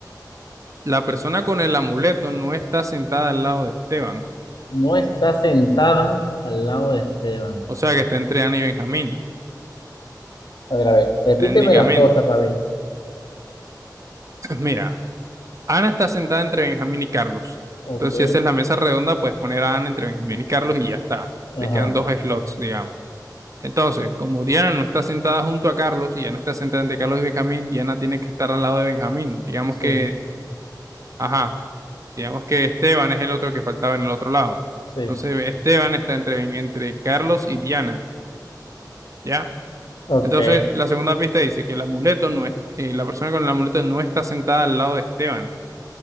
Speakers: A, on the right; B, on the left.
A: la persona con el amuleto no está sentada al lado de Esteban,
B: no está sentada al lado de Esteban.
A: o sea que está entre Ana y Benjamín.
B: A ver, a ver. Repíteme
A: técnicamente.
B: las cosas para ver.
A: <clears throat> <laughs> Mira, Ana está sentada entre Benjamín y Carlos.
B: Ok,
A: Entonces, si esa es la mesa redonda, puedes poner a Ana entre Benjamín y Carlos y ya está.
B: ajá.
A: Te quedan dos slots, digamos. Entonces, como Diana no está sentada junto a Carlos y Ana está sentada entre Carlos y Benjamín, Diana tiene que estar al lado de Benjamín. Digamos
B: Sí,
A: que, ajá, digamos que Esteban es el otro que faltaba en el otro lado.
B: sí.
A: Entonces, Esteban está entre, entre Carlos y Diana, ¿ya?
B: Ok.
A: Entonces, la segunda pista dice que el amuleto no es, eh, la persona con el amuleto no está sentada al lado de Esteban.